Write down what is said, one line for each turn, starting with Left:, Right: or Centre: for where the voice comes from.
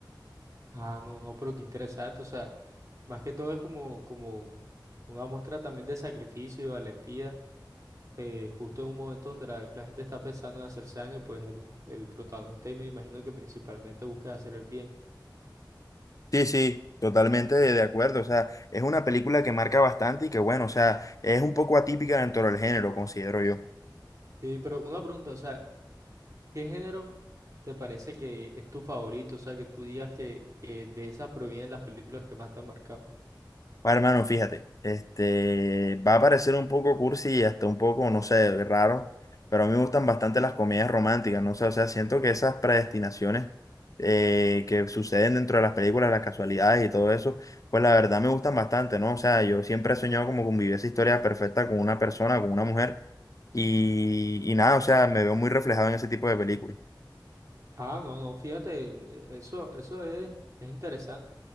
Right: Ah, no, no, pero qué interesante. O sea, más que todo es como, como una muestra también de sacrificio y valentía eh, justo en un momento donde la, la gente está pensando en hacerse daño, pues el, el protagonista y me imagino que principalmente busca hacer el bien.
Left: Sí, sí. Totalmente de, de acuerdo, o sea, es una película que marca bastante y que bueno, o sea, es un poco atípica dentro del género, considero yo.
Right: Sí, pero una pregunta, o sea, ¿qué género te parece que es tu favorito? O sea, que tú digas que, que de esas provienen las películas que más te han marcado.
Left: Bueno, hermano, fíjate, este, va a parecer un poco cursi y hasta un poco, no sé, raro, pero a mí me gustan bastante las comedias románticas, no sé, o sea, siento que esas predestinaciones eh, que suceden dentro de las películas, las casualidades y todo eso, pues la verdad me gustan bastante, ¿no? O sea, yo siempre he soñado como con vivir esa historia perfecta con una persona, con una mujer, y, y nada, o sea, me veo muy reflejado en ese tipo de películas.
Right: Ah, no, no, fíjate, eh, eso, eso es, es interesante.